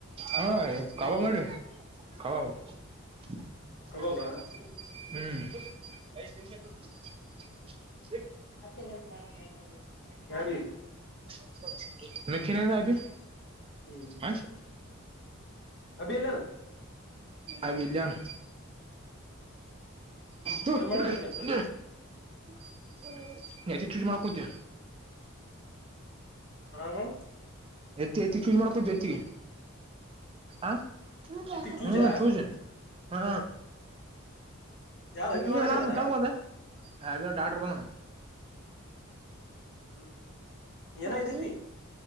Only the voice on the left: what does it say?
ಹ್ಮ್
<inaudible>
ಕಬಾಬಾ
<unintelligible> ಯಾರಿ
ಹ್ಮ್
ಅಭಿ ಎಲ್ಲಾನ
ಏನ್ ಮಾಡಕೈತ್ರಿ
ಹ
ಇತ್ತಿಗ್ ಚೂಜಾ
ಯಾರ್ ಅಭಿ
ಮಾಡಕೈತಾನ
ಹ್ಮ್ ಏನಾಗೈತಿ